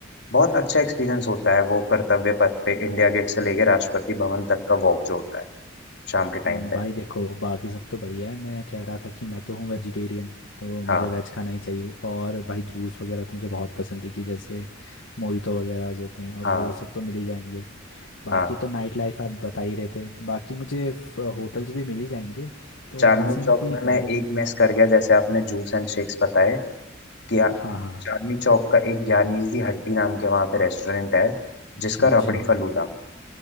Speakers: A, on the left (about 60°); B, on the left (about 75°).
A: बहुत अच्छा एक्सपीरियंस होता है वो कर्तव्य पथ पे इंडिया गेट से लेके राष्ट्रपति भवन तक का वॉक जो होता है शाम के
B: हम्म,
A: टाइम
B: भाई
A: पे
B: देखो बाकी सब तो बढ़िया है मैं कह रहा था कि मैं तो हूँ वेजिटेरियन तो मुझे
A: हाँ
B: वेज खाना ही चाहिए और भाई जूस वगैरह तो मुझे बहुत पसंद है कि जैसे मोहितो वगैरह होते हैं और
A: हाँ
B: वो सब तो मिल ही जाएंगे बाकी
A: हाँ
B: तो नाइट लाइफ आप बता ही रहे थे बाकी मुझे होटल्स भी मिल ही जाएंगे तो
A: चांदनी
B: वहाँ से हम
A: चौक
B: कोई
A: में मैं
B: गाड़ी
A: एक मिस कर गया जैसे आपने जूस एंड शेक्स बताए कि आ-
B: हाँ हाँ
A: चांदनी चौक का एक ज्ञानीज दी हट्टी नाम के वहां पे रेस्टोरेंट है
B: अच्छा
A: जिसका
B: अच्छा
A: रबड़ी फलूदा